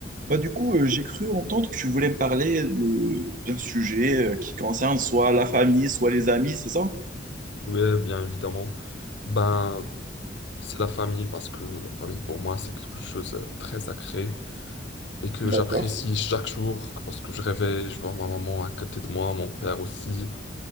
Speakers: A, on the right (about 45°); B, on the left (about 70°).
A: Bah, du coup, euh, j'ai cru entendre que tu voulais me parler de- d'un sujet euh, qui concerne soit la famille, soit les amis, c'est ça?
B: Oui, bien évidemment. Ben, c'est la famille parce que la famille pour moi c'est quelque chose de très sacré et que
A: D'accord.
B: j'apprécie chaque jour parce que je réveille, je vois ma maman à côté de moi, mon père aussi.